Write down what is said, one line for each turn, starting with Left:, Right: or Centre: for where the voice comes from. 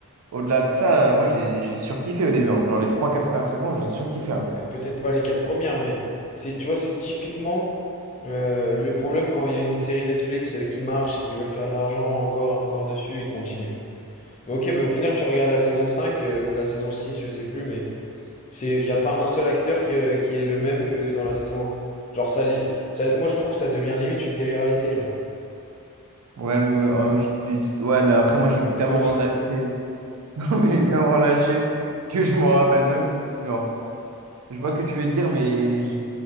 Right: au-delà de ça, euh, moi j'ai j'ai surkiffé au début. hein. Genre les trois quatre premières saisons, j'ai surkiffé. hein.
Left: euh, peut-être pas les quatre premières, mais c'est, tu vois, c'est typiquement euh, le problème quand il y a une série Netflix euh, qui marche et qui veulent faire de l'argent encore et encore dessus, ils continuent. Mais ok, mais au final, tu regardes la saison 5 euh, ou la saison 6, je sais plus, mais c'est, il n'y a pas un seul acteur qui, euh, qui est le même que dans la saison un. Genre, ça, li- ça- moi je trouve que ça devient limite une télé-réalité, genre.
Right: Ouais, mais, euh, je suis- ouais, mais après, moi j'ai tellement
Left: Oula.
Right: lâché. <laughs> Non, mais j'ai tellement lâché que je m'en rappelle même. Genre. Je vois ce que tu veux dire, mais je...